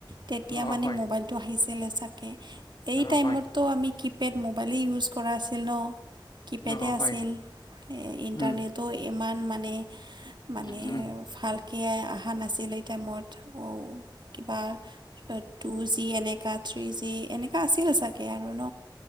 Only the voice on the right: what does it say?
তেতিয়া
মানে
মোবাইলটো আহিছিল চাকেএই
টাইমতটো
আমি কি পিপেড মোবাইলেই ইউজ কৰা আছিল ন কিপেডে
আছিল
ইণ্টাৰনেটো
ইমান মানে মানে
ভালকে অহা নাছিল এই টাইমত কিবা টু জি এনেকা থ্ৰী জি এনেকুৱা আছিল চাগে আৰু ন